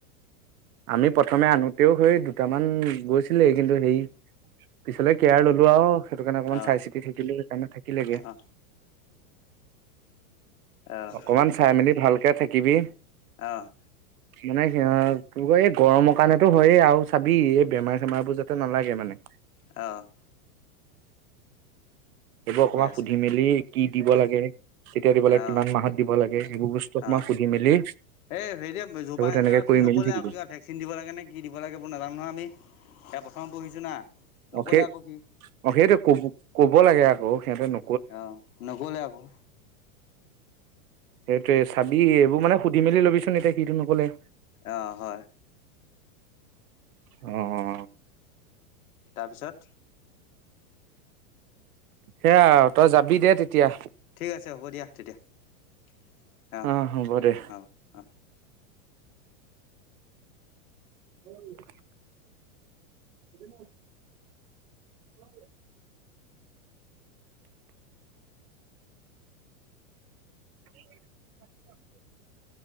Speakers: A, on the right (about 80°); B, on the left (about 75°).
A: আমি প্ৰথমে আনোতেও সেই দুটামান গৈছিলে কিন্তু সেই পিছলে কেয়াৰ ললোঁ আৰু, সেইটো কাৰণে
B: আহ
A: অকণমান চাই চিতি থাকিলোঁ সেইকাৰণে থাকিলেগে।
B: আহ আহ আহ
A: অকমান চাই মেলি ভালকে থাকিবি।
B: অ'।
A: মানে সিয়া এই গৰমৰ কাৰণেতো হয়েই আৰু চাবি এই বেমাৰ চেমাৰবোৰ যাতে নালাগে মানে।
B: অ'।
A: এইবোৰ
B: ঠিকে
A: অকমান
B: আছে
A: সুধি মেলি কি দিব লাগে কেতিয়া দিব লাগে,
B: আহ
A: কিমান মাহত দিব লাগে, সেইবোৰ বস্তু অকমান
B: আহ
A: সুধি মেলি
B: এ, <unintelligible> য'ৰপা
A: সেইবোৰ
B: আনিছে
A: তেনেকে
B: <unintelligible> সি
A: কৰি
B: নক'লে
A: মেলি থাকিবি
B: আক' কিবা ভেক চিন দিব লাগে নে কি দিব লাগে এইবোৰ নাজানো নহয় আমি, এয়া পথমত পঢ়িছোঁ না। নক'লে
A: অ' সেই
B: আকৌ সি
A: অ' সেইটো কব-ক'ব লাগে আকৌ। সিহঁতে ন
B: অ' নক'লে আকৌ।
A: সেইটোৱে চাবি, এইবোৰ মানে সুধি মেলি লবিচোন, এতিয়া সিটো নক'লে।
B: অ' হয়।
A: অ'।
B: তাৰপিছত?
A: সেয়া তই যাবি দে তেতিয়া।
B: ঠিক আছে হ'ব দিয়া তেতিয়া।
A: অ' হ'ব দে।
B: হ'ব অ'।
A: <unintelligible> <unintelligible> <unintelligible> <inaudible>